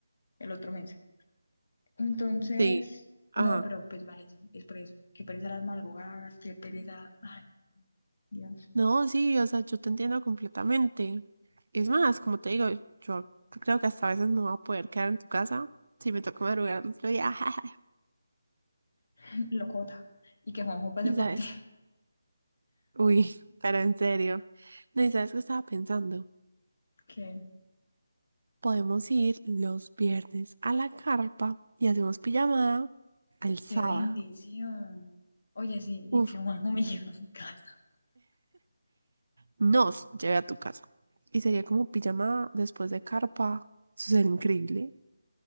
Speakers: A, on the left; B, on the right.
A: el otro mes. Entonces,
B: Sí, ajá.
A: no, pero pues vale, sí, es por eso, qué pereza las madrugadas, qué pereza, ay, Dios,
B: No, sí, o sea, yo te entiendo completamente. Es más, como te digo, yo creo que hasta a veces no voy a poder quedar en tu casa si me toca madrugar el otro día. <laughs>
A: <laughs> locota. Y que Juanjo pase
B: Y
A: por
B: sabes,
A: ti. <laughs>
B: uy, pero en serio. No, y sabes qué estaba pensando.
A: Qué,
B: Podemos ir los viernes a la carpa y hacemos pijamada al sábado.
A: qué bendición. Oye, sí,
B: Uf,
A: y que Juanjo me <laughs> lleve a mi casa.
B: nos llevé a tu casa. Y sería como pijamada después de carpa. Eso sería increíble.